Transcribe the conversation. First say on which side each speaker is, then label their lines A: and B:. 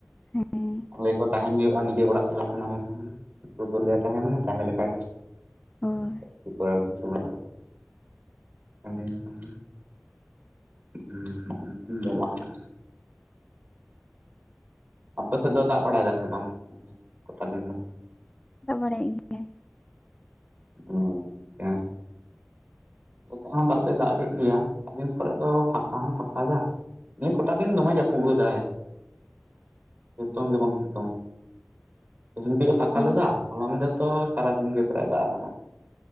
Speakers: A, on the left; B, on the right.
A: ᱦᱮᱸ
B: ᱞᱟᱹᱭ ᱠᱚ ᱛᱟᱦᱮᱱ ᱦᱩᱭᱩᱜᱼᱟ ᱱᱤᱡᱮ ᱚᱲᱟᱜ ᱪᱟᱞᱟᱜ ᱥᱟᱱᱟ ᱢᱮ ᱨᱮᱦᱚ ᱩᱱᱠᱩ ᱠᱚ ᱞᱟᱹᱭᱟ ᱛᱟᱦᱮᱸ ᱢᱮ ᱛᱟᱦᱮᱸ ᱞᱮ ᱠᱷᱟᱡ
A: ᱦᱳᱭ
B: <unintelligible> ᱠᱤᱪᱷᱩ ᱵᱟᱹᱱᱩᱜᱼᱟ ᱯᱟᱴᱩᱭᱟ ᱛᱟᱦᱞᱮ ᱦᱮᱸ <unintelligible> ᱟᱯᱮ ᱥᱮᱫ ᱫᱚ ᱫᱟᱜ ᱵᱟᱲᱟᱭ ᱫᱟᱭ ᱥᱮ ᱵᱟᱝ? ᱠᱚᱴᱟ ᱫᱤᱱ ᱫᱚ
A: ᱫᱟᱜ ᱵᱟᱲᱟᱭᱮᱫ ᱜᱮᱭᱟᱭ
B: ᱚ ᱟᱪᱪᱷᱟ ᱱᱚᱛᱮ ᱦᱚᱸ ᱫᱟᱜ ᱫᱚᱭ ᱫᱟᱜ ᱠᱮᱫ ᱜᱮᱭᱟ ᱟᱫᱤᱱ ᱠᱚᱨᱮ ᱫᱚ ᱯᱷᱟᱸᱠᱟ ᱦᱚᱸᱭ ᱯᱷᱟᱸᱠᱟᱭ ᱫᱟ ᱾ ᱱᱤᱭᱟᱹ ᱠᱚᱴᱟ ᱫᱤᱱ ᱫᱚᱢᱮ ᱡᱟᱹᱯᱩᱫ ᱞᱮᱫᱟᱭ ᱾ ᱥᱤᱛᱩᱝ ᱜᱮ ᱵᱟᱝ ᱥᱤᱛᱩᱝ ᱛᱮᱦᱮᱧ ᱠᱟ. ᱡ ᱮ ᱯᱷᱟᱠᱟ
A: ᱚ
B: ᱞᱮᱫᱟ ᱾ ᱦᱚᱞᱟ ᱢᱟᱫᱷᱮᱨᱹ ᱫᱚ ᱥᱟᱨᱟᱫᱤᱱ ᱜᱮ ᱯᱮᱨᱟᱭ ᱫᱟᱜ ᱟᱠᱟᱫᱟ